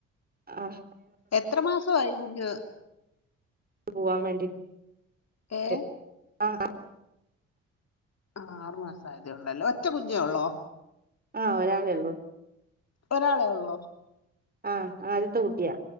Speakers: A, on the right (about 25°); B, on the left (about 40°).
A: ആഹ
B: എത്ര മാസമായി കുഞ്ഞ്
A: പോവാൻ വേണ്ടി
B: ഏ
A: ട്ട് ആഹ
B: ആ ആറു മാസം ആയതേ ഉള്ളല്ലോ ഒ ഒറ്റ കുഞ്ഞെ ഉള്ളോ
A: ആഹ ഒരാളെ ഉള്ളൂ
B: ഒരാളെ ഉള്ളോ
A: ആഹ ആദ്യത്തെ കുട്ടിയാ